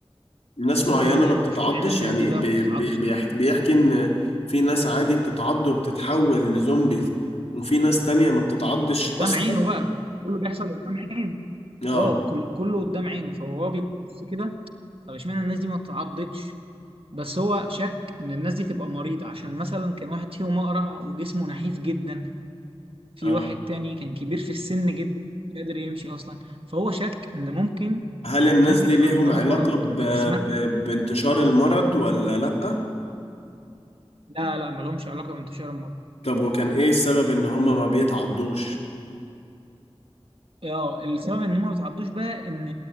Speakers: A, on the left (about 85°); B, on the right (about 60°).
A: ناس
B: طب
A: معينة
B: ليه
A: ما
B: يعني
A: بتتعضش
B: اشمعنى الناس
A: يعني
B: دي بقى
A: بي
B: ما بتتعضش
A: بي بيحكي, بيحكي ان في ناس عادي بتتعض وبتتحول لزومبيز وفي ناس تانية ما بتتعضش
B: قدام
A: اصلا
B: عينه بقى كله بيحصل قدام عينه
A: اه
B: اه كل كله قدام عينه فهو بيبص كده طب اشمعنى الناس دي ما بتتعضش بس هو شك ان الناس دي تبقى مريضة عشان مثلا كان واحد فيهم اقرع وجسمه نحيف جدا في
A: اه
B: واحد تاني كان كبير في السن جدا مش قادر يمشي اصلا فهو شك ان ممكن
A: هل الناس
B: الناس دي
A: دي
B: تبقى
A: ليهم
B: عندها
A: علاقة
B: مرض
A: ب...
B: وجسمها
A: ب... بانتشار المرض ولا لأ؟
B: لا لا ما لهمش علاقه بانتشار المرض
A: طب وكان ايه السبب ان هما ما بيتعضوش؟
B: اه السبب ان هم ما بيتعضوش بقى ان